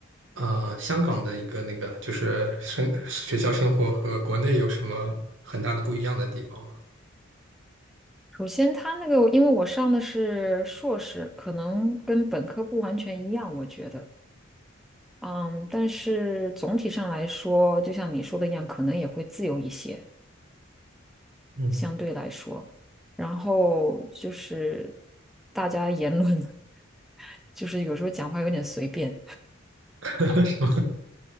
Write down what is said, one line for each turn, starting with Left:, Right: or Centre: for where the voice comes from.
Right: 呃，香港的一个那个就是生学校生活和国内有什么很大的不一样的地方吗？
Centre: 首先，他那个，因为我上的是硕士，可能跟本科不完全一样，我觉得，嗯，但是总体上来说，就像你说的一样，可能也会自由一些，
Right: 嗯，
Centre: 相对来说。然后就是大家言论，<laughs> 就是有时候讲话有点随便，
Right: <laughs> 什么？